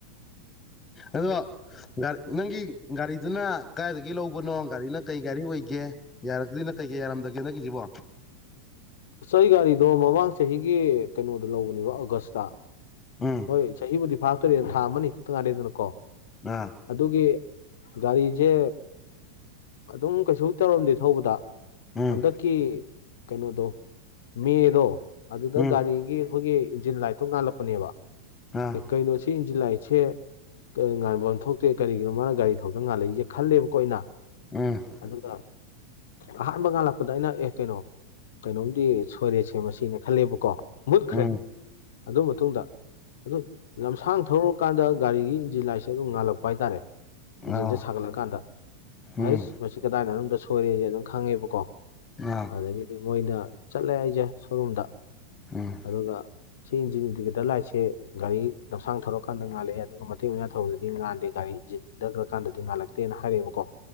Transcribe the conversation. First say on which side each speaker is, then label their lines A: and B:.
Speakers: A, on the left (about 20°); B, on the left (about 55°).
A: ꯑꯗꯣ ꯒꯥꯔꯤ ꯅꯪꯒꯤ ꯒꯥꯔꯤꯗꯨꯅ ꯀꯗꯥꯥꯏꯏꯗꯒꯤ ꯂꯧꯕꯅꯣ ꯒꯥꯔꯤꯅ ꯀꯩ ꯒꯥꯔꯤ ꯑꯣꯏꯒꯦ ꯌꯥꯔꯛꯇꯣꯏꯅ ꯀꯩ ꯀꯩ ꯌꯥꯔꯝꯗꯒꯦ ꯅꯪꯛꯀꯤꯁꯤꯕꯣ
B: ꯁ ꯒꯥꯔꯤꯗꯣ ꯃꯃꯥꯡ ꯆꯍꯤꯒꯤ ꯀꯩꯅꯣꯗ ꯂꯧꯕꯅꯦꯕ ꯑꯥꯒꯁꯇ
A: ꯎꯝ
B: ꯍꯣꯏ ꯆꯍꯤꯕꯨꯗꯤ ꯐꯥꯔꯛꯇꯦꯅ ꯊꯥ ꯑꯃꯅꯤ ꯈꯤꯛꯇꯪ ꯉꯥꯏꯔꯦꯗꯅꯀꯣ
A: <inaudible>
B: ꯑꯗꯨꯒꯤ ꯒꯥꯔꯤꯁꯦ ꯑꯗꯨꯝ ꯀꯩꯁꯨ ꯇꯧꯔꯝꯗꯦ ꯊꯧꯕꯗ
A: ꯎꯝ
B: ꯍꯟꯗꯛꯀꯤ ꯀꯩꯅꯣꯗꯣ ꯃꯦꯗꯣ ꯑꯗꯨꯗ
A: ꯎꯝ
B: ꯒꯥꯔꯤꯒꯤ ꯑꯩꯈꯣꯏꯒꯤ ꯏꯟꯖꯤꯟ ꯂꯥꯏ ꯊꯣꯛꯣꯛ ꯉꯅꯥꯜꯂꯛꯄꯅꯦꯕ
A: ꯑꯥ
B: ꯀꯩꯅꯣ ꯁꯤ ꯏꯟꯁꯤ ꯂꯥꯏꯁꯦ ꯉꯥꯟꯕ ꯑꯃ ꯊꯣꯛꯇꯦ ꯀꯔꯤꯒꯤꯅꯣ ꯃꯥꯅ ꯒꯥꯔꯤ ꯊꯧꯗꯅ ꯉꯥꯂꯛꯏꯦ ꯈꯜꯂꯦꯕꯀꯣ ꯑꯩꯅ
A: ꯎꯝ
B: ꯑꯗꯨꯒ ꯑꯍꯥꯟꯕ ꯉꯥꯜꯂꯛꯄꯗ ꯑꯩꯅ ꯑꯦ ꯀꯩꯅꯣ ꯀꯩꯅꯣꯝꯗꯤ ꯁꯣꯏꯔꯦꯁꯦ ꯃꯁꯤꯅꯦ ꯈꯜꯂꯦꯕꯀꯣ ꯃꯨꯠꯈ꯭ꯔꯦ
A: ꯎꯝ
B: ꯑꯗꯨ ꯃꯇꯨꯡꯗ ꯑꯗꯨ ꯂꯝꯁꯥꯡ ꯊꯧꯔꯨꯔꯀꯥꯟꯗ ꯒꯥꯔꯤꯒꯤ ꯏꯟꯖꯤꯟ ꯂꯥꯏꯁꯦ ꯑꯗꯨꯝ ꯉꯥꯜꯂꯛꯄ ꯍꯥꯏꯇꯥꯔꯦ ꯏꯟꯖꯤꯟꯁꯦ
A: ꯑꯥ
B: ꯁꯥꯒꯠꯂꯀꯥꯟꯗ
A: ꯎꯝ
B: ꯍꯁ ꯃꯁꯤ ꯀꯗꯥꯏꯅ ꯃꯅꯨꯡꯗꯣꯝꯗ ꯁꯣꯏꯔꯦꯁꯦ ꯑꯗꯨꯝ ꯈꯪꯉꯦꯕꯀꯣ
A: ꯎ
B: ꯑꯗꯒꯤꯗꯤ ꯃꯣꯏꯅ ꯆꯠꯂꯦ ꯑꯩꯁꯦ ꯁꯣꯔꯨꯝꯗ
A: ꯎꯝ
B: ꯑꯗꯨꯒ ꯁꯤ ꯏꯟꯖꯤꯟ ꯗꯤꯀꯦꯇꯔ ꯂꯥꯏꯠꯁꯦ ꯒꯥꯔꯤ ꯂꯝꯁꯥꯡ ꯊꯧꯔꯀꯥꯟꯗ ꯉꯥꯂꯛꯑꯦ ꯑꯗꯨꯒ ꯃꯇꯦꯡ ꯃꯥꯡ ꯊꯧꯔꯗꯤ ꯉꯥꯟꯗꯦ ꯒꯥꯔꯤ ꯏꯟꯖꯤꯟ ꯗꯛꯈ꯭ꯔ ꯀꯥꯟꯗꯗꯤ ꯉꯥꯜꯂꯛꯇꯦꯅ ꯍꯥꯏꯔꯛꯑꯦꯕꯀꯣ